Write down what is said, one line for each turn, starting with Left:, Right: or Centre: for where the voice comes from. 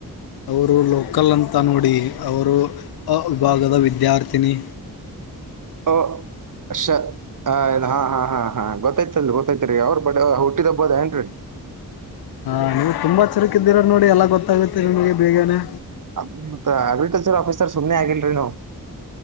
Left: ಅವರು ಲೋಕಲ್ ಅಂತ ನೋಡಿ ಅವರು ಆ ವಿಭಾಗದ ವಿದ್ಯಾರ್ಥಿನಿ.
Right: ಓ ಅಷ್ಟೇ ಹಾ ಹಾ ಹಾ ಹಾ ಗೊತ್ತತ್ತೈ ಗೊತ್ತತ್ ರೀ ಅವರ ಬಡ ಹುಟ್ಟಿದ ಹಬ್ಬ ಇದೆ ಏನ್ರೀ.
Left: ಹಾ ನೀವು ತುಂಬಾ ಚಿರಕ್ ಇದ್ದೀರಾ ನೋಡಿ ಎಲ್ಲಾ ಗೊತ್ತಾಗುತ್ತೆ ನಿಮ್ಗೆ ಬೇಗನೆ.
Right: ಅ ಮತ್ತ್ ಅಗ್ರಿಕಲ್ಚರ್ ಆಫೀಸರ್ ಸುಮ್ನೆ ಆಗಿಲ್ ರೀ ನಾವು.